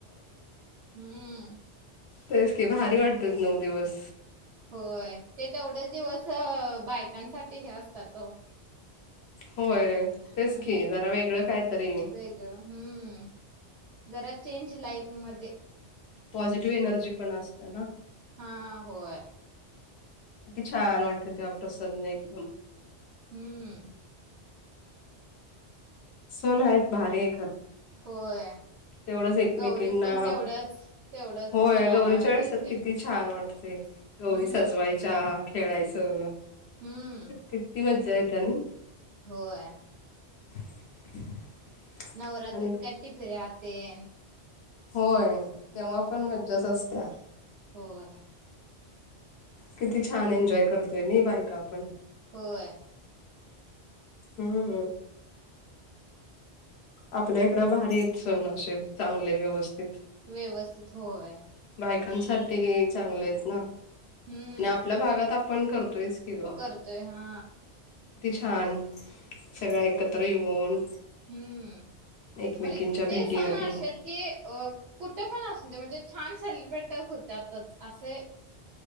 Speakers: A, on the right; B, on the left.
A: हम्म.
B: <unintelligible> <unintelligible> की भारी वाट तेच नऊ दिवस
A: होत, ते तेवढेच दिवस बायकांसाठी हे असतात. ओ
B: होय, तेच
A: हम्म.
B: की जरा वेगळं काय तरी,
A: वेगळं हम्म, जरा चेंज लाईफ मध्ये
B: पॉझिटिव्ह एनर्जी पण असत्याना,
A: हा, होय.
B: किती छान वाटते. तेव्हा प्रसन्न एकदम
A: हम्म
B: सण आहेत. भारी
A: होय
B: तेवढंच एकमेकीना,
A: गौरीत पण तेवढंच तेवढंच
B: होय
A: खेळायला
B: गौरीच्यावेळेस
A: हे
B: तर
A: तेन
B: किती छान वाटतंय. ते, गौरी
A: हम्म
B: सजवायच्या, खेळायचं.
A: हम्म
B: कीती मज्जा <unintelligible>
A: होय.
B: <inaudible>
A: नवरात्रीत
B: आणि
A: काय टिपरऱ्या तेन
B: होय
A: हम्म
B: तेव्हा पण मज्जाच असत्या
A: होय
B: किती छान एन्जॉय करतोय नाय, बायका आपण
A: होय
B: हम्म हम आपल्या इकड भारीयेत सण असे चांगले व्यवस्थित,
A: व्यवस्थित होय
B: बायकांसाठी चांगले ना आणि
A: हम्म
B: आपल्या भागात आपण करतोयच की ग,
A: करतोय हा
B: कीती छान सगळ्या एकत्र
A: होय
B: येऊन
A: हम्म
B: एकमेकींच्या
A: म्हणजे
B: भेटी
A: ते सण
B: गाठी
A: असेत की कुठ पण अस म्हणजे छान सेलिब्रेट होत्यातच असे